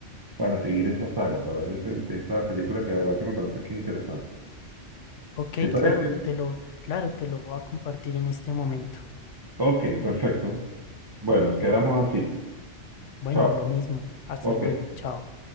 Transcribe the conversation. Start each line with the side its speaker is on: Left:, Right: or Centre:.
Right: para seguir esa saga, para ver ese- esa película que de verdad que me parece que es interesante.
Left: Ok,
Right: ¿Te parece?
Left: claro, te lo, claro, te lo voy a compartir en este momento.
Right: Ok, perfecto. Bueno, quedamos así.
Left: Bueno,
Right: Chao.
Left: lo mismo. Hasta
Right: Ok.
Left: luego. Chao.